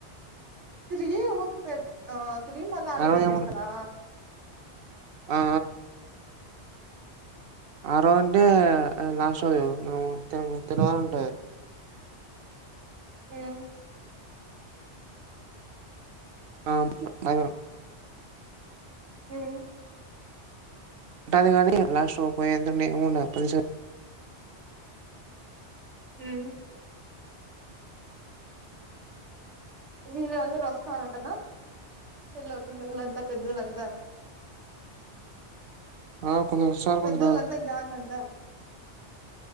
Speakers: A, on the right (about 85°); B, on the right (about 60°).
A: తిరిగి ఊత్ పెట్ ఆ తిరిగి మళ్ళ ఆడ
B: ఆ రోజు
A: పెట్టేస్తారా
B: ఏముం ఆ ఆ రోజు అంటే లాస్ట్ రోజు తెలివారు ఉంట
A: హుమ్
B: ఆ బయవన
A: ఉహు
B: ఉంటాది కానీ లాస్ట్ పోయి ఎందునే ఉండదు పనిస
A: హుమ్ వీళ్ళు అందరు వస్తారంటనా పిల పిల్లలంతా పెద్దళ్లంతా
B: ఆ కొందరు వస్తారు
A: పెద్దోల్
B: కొందరు రారు
A: అంతా గ్యాంగ్ అంతా